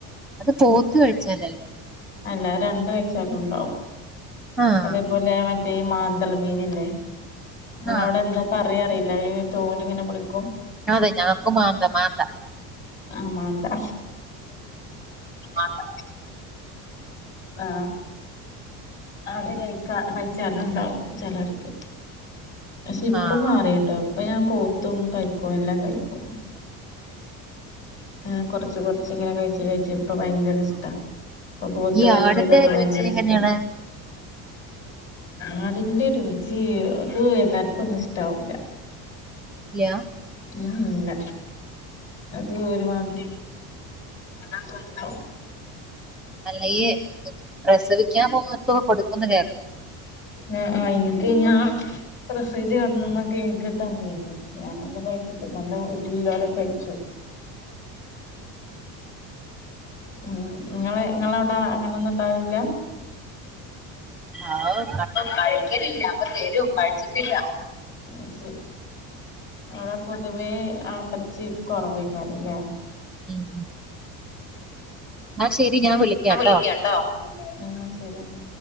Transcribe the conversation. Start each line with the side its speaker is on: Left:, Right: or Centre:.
Centre: അത് പോത്ത് കഴിച്ചാലല്ലേ?
Left: അല്ല രണ്ട് കഴിച്ചാലും ഉണ്ടാവും
Centre: ആഹ്
Left: അതേപോലെ മറ്റേ മാന്തൾ മീനില്ലേ നിങ്ങളവിടെ
Centre: ആഹ്
Left: എന്താ? പറയാ അറിയില്ല ഈ തോലിങ്ങനെ പൊളിക്കും
Centre: അതെ ഞങ്ങക്ക് മാന്തമാന്താ
Left: ആ മാന്താ മാന്ത ആ അത് കഴിക്കാ കഴിച്ചാലുണ്ടാവും ചിലർക്ക് പക്ഷെ ഇപ്പം
Centre: ആഹ്.
Left: മാറിട്ടോ ഇപ്പൊ ഞാൻ പോത്തും കഴിക്കും എല്ലാം കഴിക്കും ആ കൊറച്ച് കൊറച്ച് ഇങ്ങനെ കഴിച്ചു കഴിച്ചു ഇപ്പ ഭയങ്കര ഇഷ്ടാ ഇപ്പൊ പോത്ത്
Centre: ഈ
Left: വരട്ടിയതൊക്കെ
Centre: ആടിന്റെ
Left: ഭയങ്കര
Centre: രുചി എങ്ങനെയാണ്?
Left: ഇഷ്ട ആടിന്റെ രുചി അത് എല്ലാർക്കൊന്നും ഇഷ്ടാവൂല
Centre: ഇല്ല്യാ
Left: ഊ ഉം ഇല്ല അത് ഒരുമാതിരി മണതാണ് ലേ
Centre: അല്ല ഇയ്യ് പ്രസവിക്കാൻ പോവാത്തോ കൊടുക്കുന്നു കേ
Left: ആ ആ ഇൻക്ക് ഞാ പ്രസവിച്ചേടന്നന്ന്‌ ഇൻക്ക് തന്നിരുന്നു ക്ഷേ ഞാനന്ന് കയിച്ചിട്ടില്ല അന്ന് വീട്ടിലുള്ളോരൊക്കെ കയിച്ചു ഉം നിങ്ങള് നിങ്ങളവിടെ അങ്ങനെയൊന്നുംണ്ടാവലില്ല
Centre: ആവ്
Left: കയിക്കലില്ല ക്കതെരും കയിച്ചിട്ടില്ല അയ് ശരി അടെ പൊതുവേ ആട്ടർച്ചി കൊറവെയ് ക്കാരംല്ലേ
Centre: ഉം എന്നാ ശരി ഞാൻ വിളിക്കാട്ടോ.
Left: പ്പാ വിളിയ്ക്കട്ടോ ആഹ് ശരിന്ന